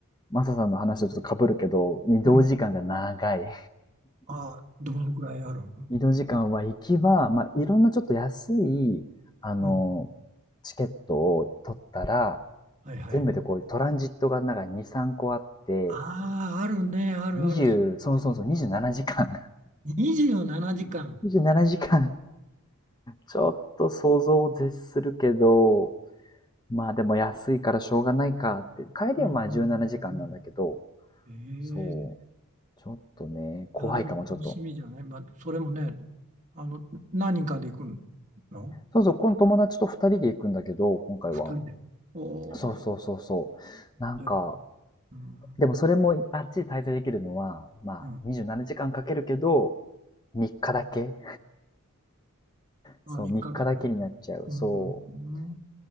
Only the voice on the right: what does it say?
うん。あ、どのくらいあるの
うん。
はいはい。
ああ、あるね、あるある。
そううん、
27時間。
うんうんうんうん。
ええ
いや、でも楽しみじゃない。まあ、それもね、あの、何人かで行くの
二人で。おー、
じゃあ、うん、
うん、
まあ、
三日間だ。
うん、
うん